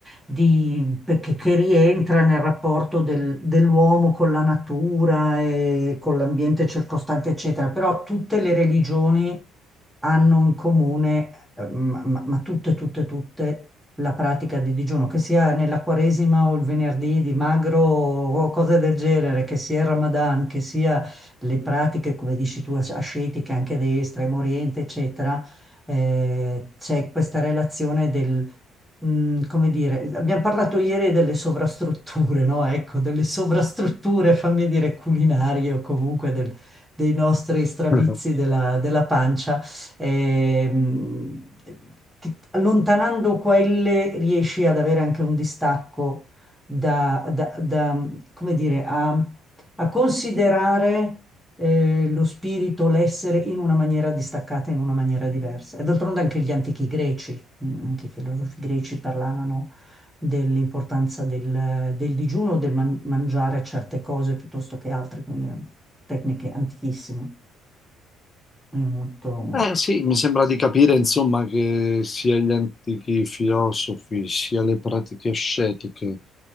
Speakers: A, in the centre; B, on the left.
A: di- perché- che rientra nel rapporto del- dell'uomo con la natura e con l'ambiente circostante, eccetera. Però tutte le religioni hanno in comune, eh, ma, ma- ma tutte, tutte, tutte la pratica di digiuno, che sia nella Quaresima o il venerdì di magro o cose del genere, che sia il Ramadan, che sia le pratiche, come dici tu, as- ascetiche anche dell'Estremo Oriente, eccetera, eh, c'è questa relazione del, mm, come dire, abbiamo parlato ieri delle sovrastrutture, no? Ecco, delle sovrastrutture, fammi dire, culinarie o comunque del- dei nostri stravizi
B: <laughs>
A: della, della pancia. Ehm, allontanando quelle riesci ad avere anche un distacco da, da- da, come dire, a, a considerare eh, lo spirito, l'essere in una maniera distaccata, in una maniera diversa. E d'altronde anche gli antichi greci, mm, anche i filosofi greci parlavano dell'importanza del, del digiuno, del man- mangiare certe cose piuttosto che altre, quindi eh, tecniche antichissime. È molto...
B: Eh sì, mi sembra di capire insomma che sia gli antichi filosofi, sia le pratiche ascetiche